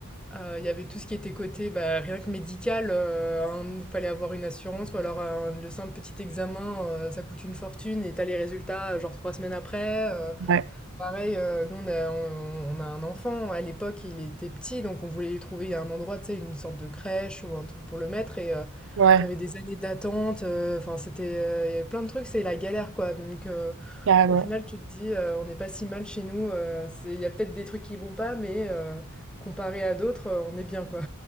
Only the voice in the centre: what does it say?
euh, il y avait tout ce qui était côté, bah, rien que médical, euh, un- il fallait avoir une assurance, ou alors un- le simple petit examen, euh, ça coûte une fortune, et t'as les résultats, euh, genre trois semaines après. euh,
Pareil, euh, nous on a, on, on a un enfant, à l'époque il était petit, donc on voulait lui trouver un endroit, tu sais, une sorte de crèche ou un truc pour le mettre, et euh,
t'avais des années d'attente, euh, enfin c'était, euh, il y avait plein de trucs, c'est la galère quoi, donc euh,
au final tu te dis, euh, on n'est pas si mal chez nous, euh, c'est, il y a peut-être des trucs qui vont pas, mais euh, comparé à d'autres, euh, on est bien quoi.